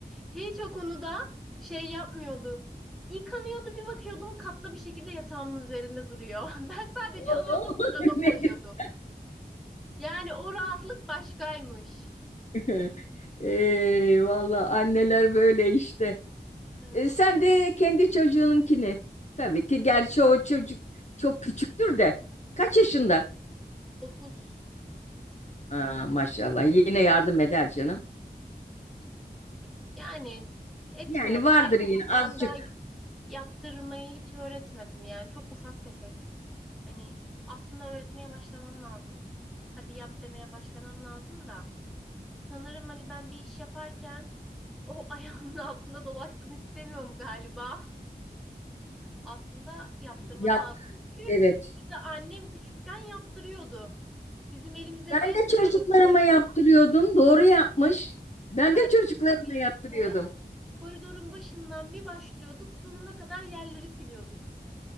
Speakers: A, in the centre; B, on the left.
A: Hiç o konuda şey yapmıyordu. Yıkanıyordu bir bakıyordum katlı bir şekilde yatağımın üzerinde duruyor. <laughs> Ben sadece
B: Oo,
A: alıyordum dolaba
B: <laughs>
A: koyuyordum.
B: ne güzel.
A: Yani o rahatlık başkaymış.
B: <laughs> Ey, valla anneler böyle işte.
A: Evet.
B: E, sen de kendi çocuğununkini. Tabii ki gerçi o çocuk çok küçüktür de. Kaç yaşında?
A: 9
B: Aa, maşallah yine yardım eder canım.
A: yani etmiyor
B: Yani vardır
A: da
B: yine azıcık
A: ben daha yaptırmayı hiç öğretmedim yani çok ufak tefek. Hani aslında öğretmeye başlamam lazım. Hadi yap demeye başlamam lazım da sanırım hani ben bir iş yaparken o <laughs> ayağımın altında dolaşsın istemiyorum galiba. <laughs> Aslında yaptırmak
B: yap.
A: lazım. Çünkü
B: Evet.
A: bize annem küçükken yaptırıyordu. Bizim elimize
B: Ben
A: bez
B: de
A: veriyordu
B: çocuklarıma yaptırıyordum. Doğru yapmış. Ben
A: kardeşimle
B: de çocuklarıma
A: birlikte.
B: yaptırıyordum.
A: Koridorun başından bir başlıyorduk, sonuna kadar yerleri siliyorduk.